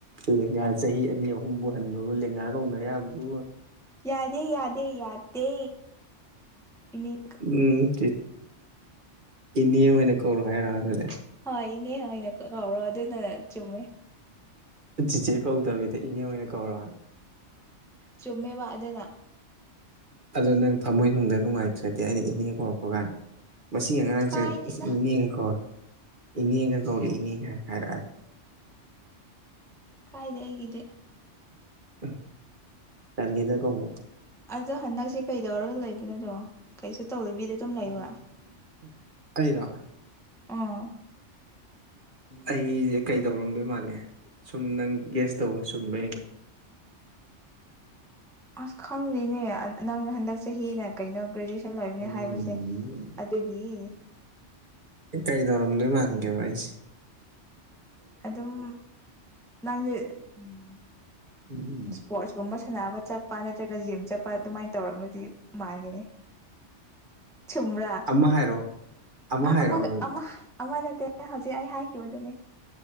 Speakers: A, on the right; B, in the centre.
A: ꯂꯦꯡꯒꯥ ꯆꯍꯤ ꯑꯅꯤ ꯑꯍꯨꯝꯕꯨ ꯍꯟꯕꯕꯨ ꯂꯦꯡꯒꯥ ꯀꯧꯅ ꯌꯥꯕꯗꯨ
B: ꯌꯥꯗꯦ ꯌꯥꯗꯦ ꯌꯥꯗꯦ ꯏ
A: ꯎꯝ ꯏꯅꯦ ꯑꯣꯏꯅ ꯀꯧꯔꯣ ꯍꯥꯏꯔꯛ ꯑꯗꯨꯗ
B: ꯍ ꯏꯅꯦ ꯑꯩꯅ ꯀꯧꯔꯣ ꯑꯗꯨ ꯅ ꯆꯨꯝꯃꯦ
A: ꯆꯤꯆꯦ ꯀꯧꯗꯕꯤꯗ ꯏꯅꯦ ꯑꯣꯏꯅ ꯀꯧꯔꯛꯅꯤ
B: ꯆꯨꯝꯃꯦ ꯋꯥꯗꯅ
A: ꯑꯗꯣ ꯅꯪ ꯊꯝꯃꯣꯏꯅꯨꯡꯗ ꯅꯨꯡꯉꯥꯏꯇ꯭ꯔꯗꯤ ꯑꯩꯅ ꯏꯅꯦꯦꯛ ꯍꯧꯧꯔꯛꯄ ꯀꯥꯟꯗ ꯃꯁꯤ ꯑꯉꯥꯡꯁꯦ
B: ꯀꯥꯏꯗꯦꯗ
A: ꯑꯁ ꯏꯅꯦꯒ ꯀꯧꯔꯦ ꯏꯅꯦꯒ ꯀꯧꯔꯦ ꯏꯅꯦ ꯀꯥꯏꯅ ꯍꯥꯏꯔꯛꯑꯗꯤꯦ
B: ꯀꯥꯏꯗꯦ ꯍꯦꯒꯗꯦ
A: ꯎ ꯇꯂꯗ ꯀ ꯍ
B: ꯑꯗꯣ ꯍꯟꯗꯛꯁꯦ ꯀꯩꯗꯧꯔꯒ ꯂꯩꯕꯅꯣꯗꯣ ꯀꯩꯁꯨ ꯇꯧꯗꯕꯤꯗ ꯑꯗꯨꯝ ꯂꯩꯕ
A: ꯎꯝ ꯀꯩꯔꯥꯛ
B: ꯑ
A: ꯑꯩꯁꯦ ꯀꯩ ꯇꯧꯔꯝꯗꯣꯏ ꯃꯥꯜꯂꯦ ꯁꯨꯝ ꯅꯪ ꯒ꯭ꯦꯁ ꯇꯧꯕ ꯆꯨꯝꯕ꯭ꯔꯥ ꯍꯡꯒꯦ
B: ꯑꯁ ꯈꯪꯗꯦꯅꯦ ꯅꯪ ꯍꯟꯗꯛꯁꯦ ꯆꯍꯤꯅ ꯀꯩꯅꯣ ꯒ꯭ꯔꯦꯖꯨꯌꯦꯁꯟ ꯂꯧꯃꯤꯅꯤ
A: ꯎꯝ
B: ꯍꯥꯏꯕꯁꯦ ꯑꯗꯨꯒꯤ
A: ꯀꯩ ꯗꯧꯔꯝꯗꯣ ꯃꯥꯥꯡꯒꯦꯕ ꯑꯩꯁꯤ
B: ꯑꯗꯨꯝ ꯅꯪꯗꯤ ꯎꯝ
A: ꯎꯝ ꯎꯝ
B: ꯏꯁꯄꯣꯔꯠꯁꯀꯨꯝꯕ ꯁꯥꯟꯅꯕ ꯆꯠꯄ ꯅꯠꯇ꯭ꯔꯒ ꯖꯤꯝ ꯆꯠꯄ ꯑꯗꯨꯃꯥꯏꯅ ꯇꯧꯔꯒꯗꯤ ꯃꯥꯟꯒꯅꯤ ꯆꯨꯝꯕ꯭ꯔꯥ
A: ꯑꯃ ꯍꯥꯏꯔꯛꯑꯣ ꯑꯃ ꯍꯥꯏꯔꯛꯑꯣ
B: ꯑꯃꯒ
A: ꯑꯗꯨꯗ
B: ꯑꯃ ꯑꯃꯅꯠꯇ ꯅꯍꯧꯖꯤꯛ ꯑꯩ ꯍꯥꯏꯈꯤꯕꯗꯨꯅꯦ